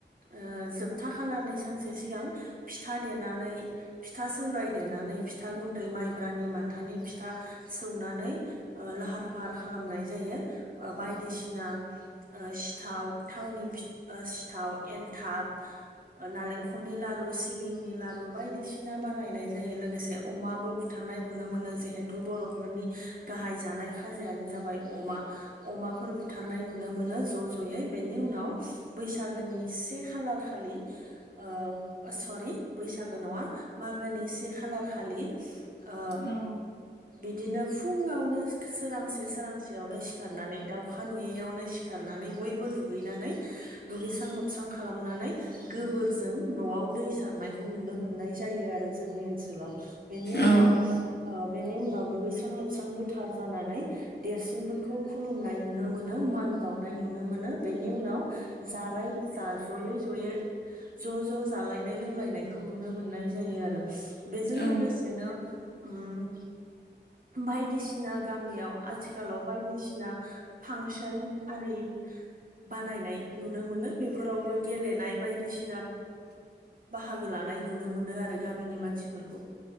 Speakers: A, on the right (about 50°); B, on the left (about 65°).
A: ओ जोबथा खालारनि सानसे सिगां फिथा देनानै फिथा सौराय देनानै फिथा गुन दै माइब्रानि माथानि फिथा सौनानै ओ लाहार फाहार खालामनाय जायो। ओ बायदिसिना ओ सिथाव थावनि फि ओ सिथाव एनथाब नालेंखरनि लारु सिबिंनि लारु बायदिसिना बानायनाय जायो लोगोसे अमा बो बुथारनाय नुनो मोनो जेहेथु बर'फोरनि गाहाय जानाय खाजायानो जाबाय अमा। अमाफोर बुथारनाय नुनो मोनो ज' ज'यै बेनि उनाव बैसागोनि से खालार खा लि ओ सरि बैसागो नङा मागोनि से खालार खालि ओ
B: औ
A: बिदिनो फुङावनो सोरांसे सोरांसेयावनो सिखारनानै दाउखा नुयैयावनो सिखारनानै बयबो दुगैनानै दुगैस्रां लोबस्रां खालामनानै गोबोरजों न' आव दै सारनायखौ नुनो मोननाय जायो आरो जोंनि ओनसोलाव बेनि उनाव
B: औ
A: ओ बेनि उनाव दुगैस्रां लोबस्रां गोथार जानानै देरसिनफोरखौ खुलुमनाय नुनो मोनो मान बाउनाय नुनो मोनो बेनि उनाव जालाय जा जयै जयै ज' ज' जालायनाय लोंलायनायखौ नुनो मोननाय जायो आरो। बेजों
B: औ
A: लोगोसेनो उम बायदिसिना गामियाव आथिखालाव बायदिसिना फांसोन आरि बानायनाय नुनो मोनो बेफोरावबो गेलेनाय बायदिसिना बाहागो लानाय नुनो मोनो आरो गामिनि मानसिफोरखौ।